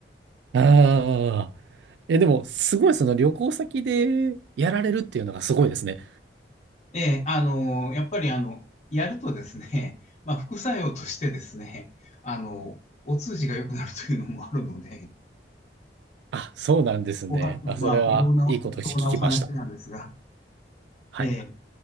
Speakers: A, on the right (about 75°); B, on the left (about 40°).
A: ああ。え、でも、すごい、その旅行先でやられるっていうのがすごいですね。
B: ええ、あの、やっぱりあの、やるとですね、<laughs> まあ、副作用としてですね、あの、お通じが良くなるというのもあるので、
A: あ、そうなんですね。
B: おはまあ、
A: あ、それは、
B: 微妙な微妙なお話なんですが、
A: いいこと聞きました。はい。
B: ええ。